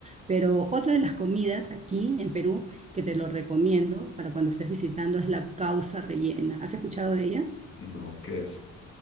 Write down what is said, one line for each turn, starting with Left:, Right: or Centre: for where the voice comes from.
Right: Pero otra de las comidas aquí en Perú, que te lo recomiendo para cuando estés visitando, es la causa rellena. ¿Has escuchado de ella?
Left: No, qué es,